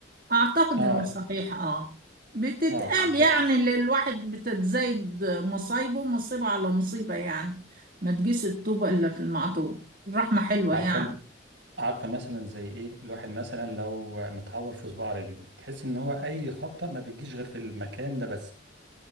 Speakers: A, on the right (about 45°); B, on the right (about 65°).
A: أعتقد
B: اه
A: إنه
B: لا.
A: صحيح آه بتتقال
B: اه بالظبط
A: يعني اللي الواحد بتتزايد مصايبه مصيبة على مصيبة يعني ما تجيش الطوبة إلا في المعطوبة الرحمة حلوة
B: عارفه
A: يعني
B: ال- عارفه مثلا زي ايه الواحد مثلا لو متعور في صباع رجله تحس ان هو اي خبطه ما بتجيش غير في المكان ده بس